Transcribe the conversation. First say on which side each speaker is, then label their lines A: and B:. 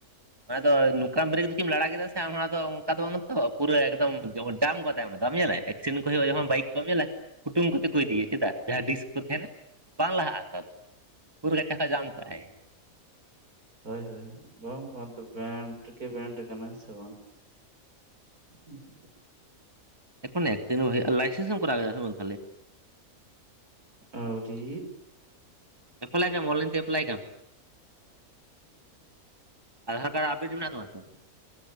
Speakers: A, on the right; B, on the right.
A: ᱟ ᱫᱚ ᱱᱩ ᱠᱟᱢᱵᱨᱮᱠ ᱫᱚ ᱠᱤᱢ ᱞᱟᱲᱟ ᱠᱮᱫᱟ ᱥᱮ ᱟᱢ ᱦᱚᱸ ᱟᱫᱚ ᱚᱝᱠᱟ ᱫᱚ ᱵᱟᱝ ᱛᱚ ᱯᱩᱨᱟᱹ ᱮᱠᱫᱚᱢ <unintelligible> ᱡᱟᱢ ᱜᱚᱫᱟᱭ ᱟᱱᱟ <unintelligible> ᱾ ᱮᱠᱥᱤᱰᱮᱱᱴ ᱠᱚ ᱦᱩᱭᱩᱜᱼᱟ, ᱡᱚᱠᱷᱚᱱ ᱵᱟᱭᱤᱠ ᱠᱚᱢ ᱧᱮᱞᱟ ᱠᱩᱴᱩᱝ ᱠᱟᱛᱮ ᱠᱚ ᱤᱫᱤᱭᱟ ᱪᱮᱫᱟᱜ ᱡᱟᱦᱟᱸ ᱰᱤᱥ ᱠᱚ ᱛᱟᱦᱮᱱᱟ᱾ ᱵᱟᱝ ᱞᱟᱦᱟᱜᱼᱟ, ᱛᱚ ᱯᱩᱨᱟᱹ ᱜᱮ ᱪᱟᱠᱟ ᱡᱟᱢ ᱠᱟᱜᱼ ᱟᱭ᱾
B: ᱦᱳᱭ ᱦᱳᱭ ᱵᱟᱝ ᱵᱟᱝ ᱵᱮᱱᱰ ᱜᱮ ᱵᱮᱱᱰ ᱠᱟᱱᱟ ᱦᱮᱸ ᱥᱮ ᱵᱟᱝ? <unintelligible>
A: ᱮᱠᱷᱚᱱᱮ <unintelligible> ᱦᱩᱭᱩᱜᱼᱟ ᱞᱟᱭᱥᱮᱱᱥ ᱮᱢ ᱠᱚᱨᱟᱣ ᱠᱮᱫᱟ ᱥᱮ ᱵᱟᱝ ᱛᱟᱦᱞᱮ?
B: ᱟᱹᱣᱨᱤ
A: ᱮᱯᱞᱟᱭ ᱠᱟᱢ ᱚᱱᱞᱟᱭᱤᱱ ᱛᱮ ᱮᱯᱞᱟᱭ ᱠᱟᱢ᱾ ᱟᱫᱷᱟᱨ ᱠᱟᱰ ᱟᱯᱰᱮᱴ ᱢᱮᱱᱟᱜᱼᱟ ᱛᱟᱢᱟ ᱛᱚ?